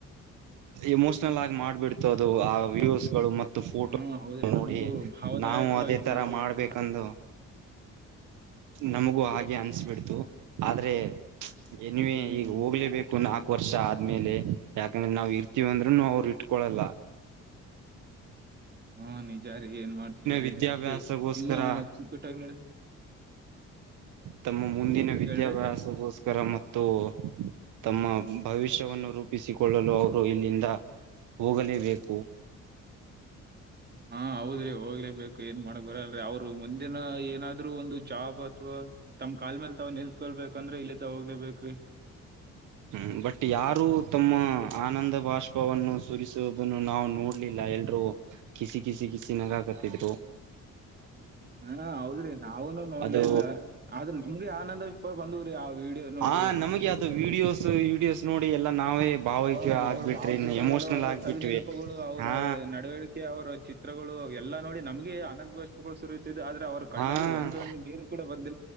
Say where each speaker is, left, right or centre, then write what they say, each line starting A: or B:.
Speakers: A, on the right (about 80°); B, on the right (about 35°).
A: ಎಮೋಷ್ನಲ್ ಆಗಿ ಮಾಡ್ಬಿಡ್ತು ಅದು ಆ ವೀಡಿಯೋಸ್ಗಳು ಮತ್ತು ಫೋಟೋ
B: ಹ್ಮ್, ಹೌದ್ರಿ
A: ನೋಡಿ
B: ನಮಗೂ ಭಾವದಾಯಕವಾಗಿ
A: ನಾವು ಅದೇ ತರ
B: ಮಾಡಿಬಿಡ್ತ್ರಿ.
A: ಮಾಡ್ಬೇಕಂದು ನಮಗೂ ಹಾಗೆ ಅನ್ಸ್ಬಿಡ್ತು ಆದ್ರೆ ನ್ವೇ
B: ಹ್ಮ್,
A: ಈಗ
B: ಹ್ಮ್.
A: ಹೋಗ್ಲೇಬೇಕುಾ ವರ್ಷ ಆದ್ಮೇಲೆ ಯಾಕಂದ್ರೆ ನಾವವು ಇರ್ತೀವಿ ಅಂದ್ರೂನು ಅವರು ಇಟ್ಕೊೊಳ್ಳಲ್ಲ
B: ಹಾ ನಿಜಾರಿೀ ಏನ್ ಮಾಡ್ತವ್ರಿ
A: ವಿದ್ಯಾಭ್ಯಾಸಗೋಸ್ಕರ
B: ಅದೇ ಇನ್ ಅಚ್ಚುಕಟ್ಟಾಗಿ ನಡ
A: ತಮ್ಮ ಮುಂದಿನ ವಿದ್ಯಾಭ್ಯಾಸಗೋಸ್ಕರ
B: ಕೇಳ್ರಿ
A: ಮತ್ತು ತಮ್ಮ ಭವಿಷ್ಯವನ್ನು ರೂಪಿಸಿಕೊಳ್ಳಲು ಅವರು ಇಲ್ಲಿಂದ ಹೋಗಲೇಬೇಕು
B: ಹಾ ಹೌದ್ರಿ ಹೋಗ್ಲೇಬೇಕು ಏನ್ ಮಾಡಕ್ ಬರಲ್ರರಿ ಅವ್ರು ಮುಂದಿನ ಏನಾದ್ರು ಒಂದು ಜಾಬ್ ಅಥವಾ ತಮ್ ಕಾಲ್ ಮೇಲ್ ತಾವ್ ನಿಲ್ಕೊಳ್ಬೇಕಂದ್ರೆ ಇಲ್ಲಿದ್ದ ಹೋಗ್ಲೇಬೇಕ್ರಿ
A: ಹ್ಮ್ ಬಟ್ ಯಾರು ತಮ್ಮ ಆನಂದ ಬಾಷ್ಪವನ್ನು ಸುರಿಸುವುದನ್ನು ನಾವು ನೋಡ್ಲಿಲ್ಲ ಎಲ್ರೂ ಕಿಸಿ ಕಿಸಿ ಕಿಸಿನಾಗಾಕತ್ತಿದ್ರು
B: <unintelligible> ಹಾ ಹೌದ್ರಿ ನಾವುನುೂ ನೋಡ್ಲ
A: ಅದು
B: ಇಲ್ಲ ಆದ್ ನಮ್ಗ ಆನಂದ ಭಾಷ್ವ ಬಂದವ್ರಿ ವಿಡಿಯೋ ನೋಡಿ
A: ಹಾ ನಮಗೆ ಯಾವ್ದದು ವಿಡಿಯೋಸ್ ವಿಡಿಯೋಸ್ ನೋಡಿ ಎಲ್ಲಾ ನಾವೇ ಭಾವೈಕ್ಯ
B: ಅವ ಅವ್ರ
A: ಆಗ್ಬಿಟ್ರಿ
B: ಭಾವಚಿತ್ರಗಳು
A: ಇನ್ನು ಎಮೋಷನಲ್
B: ಅವರ
A: ಆಗ್ಬಿಟ್ವಿ
B: ಸವಿ ನೆನಪುಗಳು ಅವರ
A: ಹಾ
B: ನಡವಳಿಕೆ ಅವರ ಚಿತ್ರಗಳು ಎಲ್ಲಾ ನೋಡಿ ನಮ್ಗೆ ಆನಂದ ಭಾಷೆಗಳು ಸುರಿಯುತ್ತಿದೆ ಆದ್ರ ಅವರ ಕಣ್ಣಲ್ಲಿ
A: ಹಾ
B: ಒಂದಂದ ನೀರು ಕೂಡ ಬಂದ